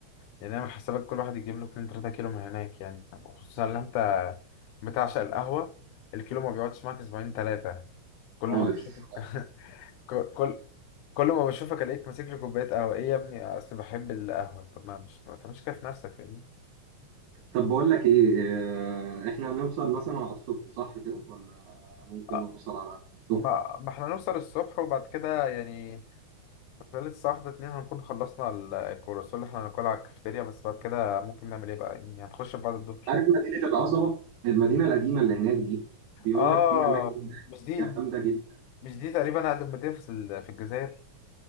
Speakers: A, on the left; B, on the right.
A: يعني اعمل حسابك كل واحد يجيب له 2 3 كيلو من هناك يعني خصوصا ان انت بتعشق القهوة الكيلو ما بيقعدش معاك اسبوعين ثلاثة كل
B: خالص
A: ما بشوفك
B: خالص
A: <laughs> كل كل ما بشوفك الاقيك ماسك لي كوبايه قهوه ايه يا ابني اصل بحب القهوه طب ما مش ما تعملش كده في نفسك فاهمني
B: طب بقول لك ايه آه، احنا هنوصل مثلا على الصبح صح كده ولا ممكن
A: آه،
B: نوصل على الظهر
A: ما ما احنا نوصل الصبح وبعد كده يعني خلال الساعه واحدة اتنين هنكون خلصنا ال- الكرواسون اللي احنا هناكلها على الكافيتيريا بس بعد كده ممكن نعمل ايه بقى يعني هنخش في بعد الظهر
B: عارف مدينة القصبة المدينة القديمة اللي هناك دي بيقول
A: اه
B: لك في أماكن هناك
A: مش دي
B: جامدة جدا
A: مش دي تقريبا اقدم مدينه في ال- في الجزائر